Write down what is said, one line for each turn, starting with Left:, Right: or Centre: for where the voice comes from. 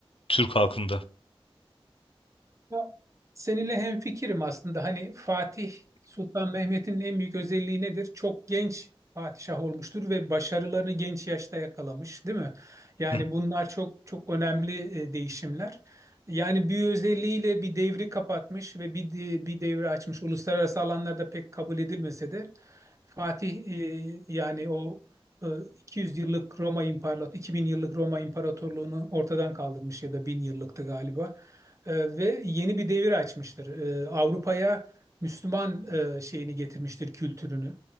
Left: Türk halkında.
Right: Ya, Seninle hemfikirim aslında. Hani Fatih Sultan Mehmet'in en büyük özelliği nedir? Çok genç padişah olmuştur ve başarılarını genç yaşta yakalamış, değil mi? Yani
Left: Hı. hı.
Right: bunlar çok çok önemli e, değişimler. Yani bir özelliğiyle bir devri kapatmış ve bir de- bir devri açmış. Uluslararası alanlarda pek kabul edilmese de Fatih e, yani o e, 200 yıllık Roma İmparatorluğu, 2000 yıllık Roma İmparatorluğunu ortadan kaldırmış ya da 1000 yıllıktı galiba e, ve yeni bir devir açmıştır. E, Avrupa'ya Müslüman e, şeyini getirmiştir, kültürünü.